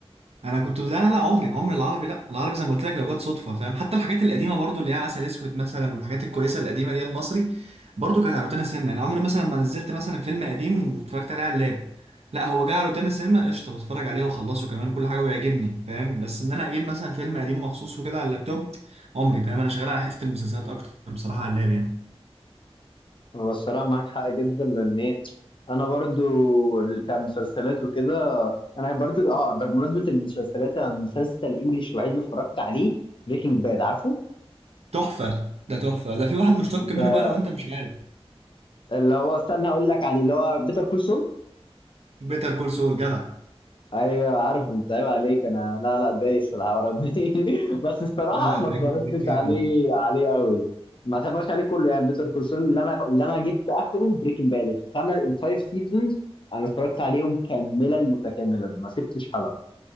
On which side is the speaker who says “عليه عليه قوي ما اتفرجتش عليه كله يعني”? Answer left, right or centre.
Left